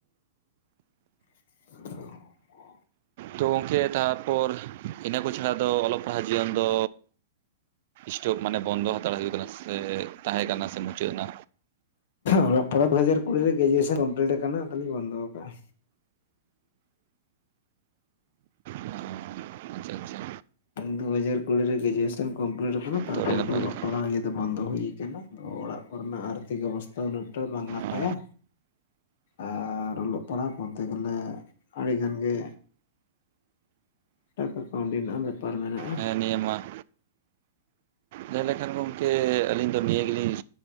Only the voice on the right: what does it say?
ᱛᱳ ᱜᱚᱢᱠᱮ ᱛᱟᱨᱯᱚᱨ ᱤᱱᱟᱹ ᱠᱚ ᱪᱷᱟᱲᱟ ᱫᱚ ᱚᱞᱚᱜ ᱯᱟᱲᱦᱟᱜ ᱡᱤᱭᱚᱱ ᱫᱚ ᱥᱴᱳᱯ ᱢᱟᱱᱮ ᱵᱚᱱᱫᱚ ᱦᱟᱛᱟᱲ ᱦᱩᱭ ᱠᱟᱱᱟ ᱥᱮ ᱛᱟᱦᱮᱸ ᱠᱟᱱᱟ ᱥᱮ ᱢᱩᱪᱟᱹᱫ ᱮᱱᱟ
ᱚ ᱟᱪᱪᱷᱟ ᱟᱪᱪᱷᱟ
ᱛᱚ ᱟᱹᱰᱤ ᱱᱟᱯᱟᱭ
ᱠᱟᱛᱷᱟ
ᱚ
ᱦᱮᱸ ᱱᱤᱭᱚᱢᱟ ᱞᱟᱹᱭ ᱞᱮᱠᱷᱟᱱ ᱜᱚᱢᱠᱮ ᱟᱹᱞᱤᱧ ᱫᱚ ᱱᱤᱭᱟᱹ ᱜᱮᱞᱤᱧ